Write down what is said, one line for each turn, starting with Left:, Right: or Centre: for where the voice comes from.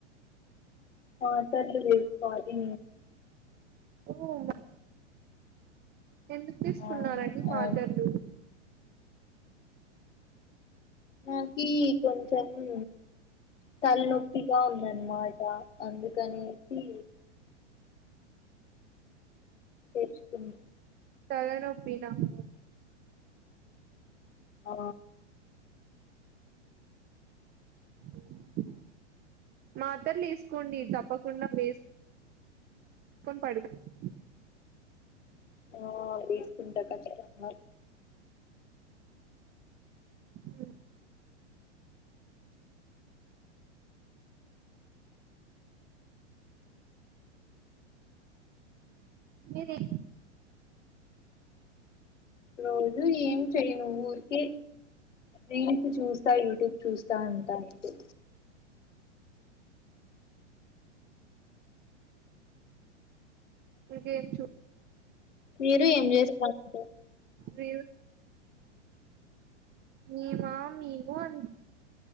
Left: ఆన్సర్లు నేర్చుకోవాలి
Right: అవునా ఎందుకు తీసుకున్నారండి
Left: ఆ
Right: మాతర్లు
Left: అవును నాకి కొంచము తలనొప్పిగా ఉందనమాట అందుకనేసి చేసుకుంది
Right: తలనొప్పి నాకు
Left: ఆ
Right: ఊ మాత్రలు వసుకోండి తప్పకుండా వేస్ వేసుకొని పడుకోండి
Left: ఆ వేసుకుంటా కచ్చితంగా
Right: ఉ మీరే
Left: ఈరోజు ఏం చెయను ఊరికే రీల్స్ చూస్తా యూట్యూబ్ చూస్తా ఉంటా అంతే
Right: ఇంకేమ్ చూ
Left: మీరు ఏం జేస్తా ఉంటరు
Right: రీల్ మేమా మేము అన్